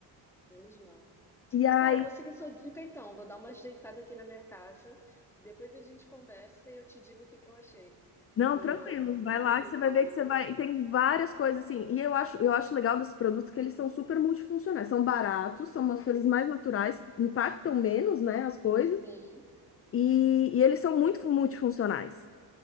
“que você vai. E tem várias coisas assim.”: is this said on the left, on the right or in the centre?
Left